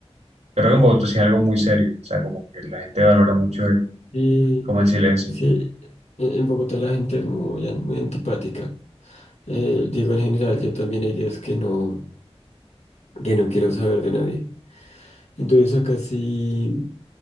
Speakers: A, on the right; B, on the left.
A: Creo que en Bogotá sí es algo muy serio, o sea, como que la gente valora mucho el,
B: Y
A: como el silencio.
B: sí, en en Bogotá la gente es muy, an- muy antipática. Eh, digo, en general, yo también hay días que no, que no quiero saber de nadie. Entonces acá sí,